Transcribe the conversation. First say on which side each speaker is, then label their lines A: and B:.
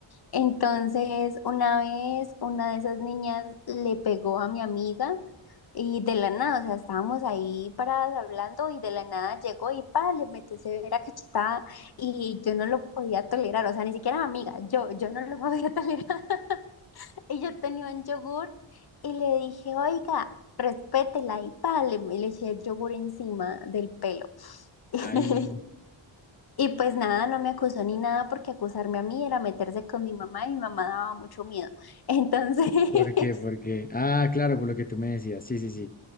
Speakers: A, on the left (about 50°); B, on the left (about 20°).
A: Entonces, una vez una de esas niñas le pegó a mi amiga y de la nada, o sea, estábamos ahí paradas hablando y de la nada llegó y pa, le metió severa cachetada y yo no lo podía tolerar, o sea, ni siquiera mi amiga, yo, yo no lo podía <laughs> tolerar. Y yo tenía un yogur y le dije, oiga, respétela y pa, le, le eché el yogur encima del pelo. <laughs>
B: Ay,
A: Y pues nada, no me acusó ni nada porque acusarme a mí era meterse con mi mamá y mi mamá daba mucho miedo. Entonces,
B: ¿por qué? ¿Por
A: <laughs>
B: qué? Ah, claro, por lo que tú me decías. Sí, sí, sí.